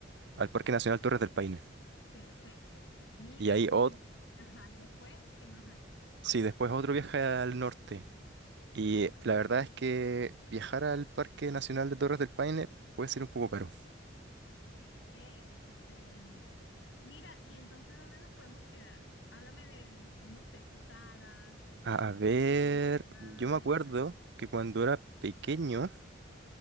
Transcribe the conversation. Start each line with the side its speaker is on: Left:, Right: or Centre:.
Right: al Parque Nacional Torres del Paine.
Left: perfecto. Mira,
Right: Y ahí,
Left: y,
Right: ot-
Left: ajá, y después, ¿qué más hay?
Right: sí, después otro viaje al norte.
Left: Ah,
Right: Y la verdad es que viajar al Parque Nacional de Torres del Paine puede ser un poco caro.
Left: ok, excelente. Mira, y entonces, ¿dónde nos podemos quedar? Háblame de, no sé, posadas, Airbnb,
Right: A ver,
Left: no sé más.
Right: yo me acuerdo que cuando era pequeño